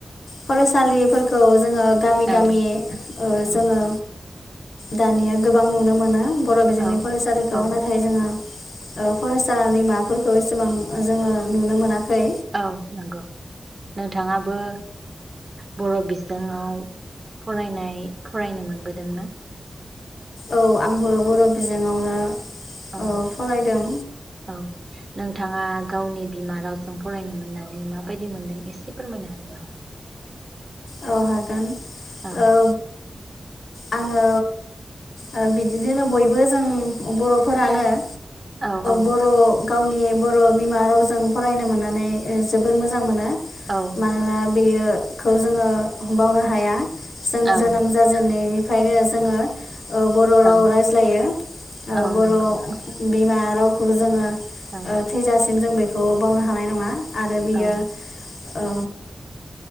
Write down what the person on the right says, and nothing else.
औ
औ
औ
औ
औ नंगौ नोंथाङाबो बर' बिजो बिजोंङाव फरायनाय फरायनो मोनबोदोंना?
औ
औ। नोंथाङा गावनि बिमा रावजों फरायनो मोननाय माबायदि मोनदों एसे फोरमायनो हागोन नामा?
औ।
औ औ
औ
औ
औ
औ
नंगौ नंगौ
औ
औ